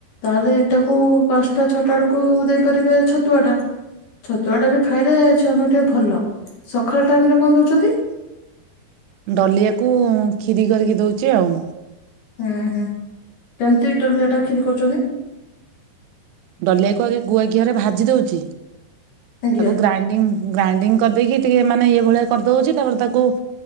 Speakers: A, on the left; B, on the right.
A: ତାହେଲେ ତାକୁ ପାଞ୍ଚଟା ଛଅଟା ବେଳକୁ ଦେଇପାରିବେ ଛତୁଆଟା, ଛତୁଆଟା ବି ଖାଇଲେ ଛୁଆଙ୍କ ଟିକେ ଭଲ ସଖାଳ ଟାଇମରେ କଣ ଦଉଛନ୍ତି?
B: ଡଲିଆକୁ ଖିରି କରିକି ଦଉଛି ଆଉ।
A: ହୁଁ ହୁଁ କେମିତି ଡଲିଆ ଟା ଖିରି କରୁଛନ୍ତି?
B: ଡଲିଆକୁ ଆଗେ ଗୁଆ ଘିହରେ ଭାଜି ଦୋଉଚି।
A: ଆଜ୍ଞା
B: ତାକୁ ଗ୍ରାଇଣ୍ଡିଙ୍ଗ ଗ୍ରାଇଣ୍ଡିଙ୍ଗ କରିଦେଇକି ଟିକେ ମାନେ ଇଏ ଭଳିଆ କରିଦଉଛି ତାପରେ ତାକୁ